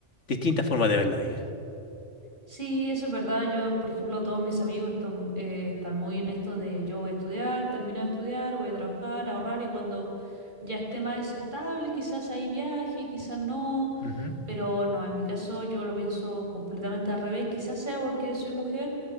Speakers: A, on the left; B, on the right.
A: distintas formas de ver la vida.
B: Sí, eso es verdad. Yo, por ejemplo, todos mis amigos están, eh, están muy en esto de yo voy a estudiar, termino de estudiar, voy a trabajar, ahorrar y cuando ya esté más estable, quizás ahí viaje, quizás no,
A: Ujú,
B: pero no, en mi caso yo lo pienso completamente al revés. Quizás sea porque soy mujer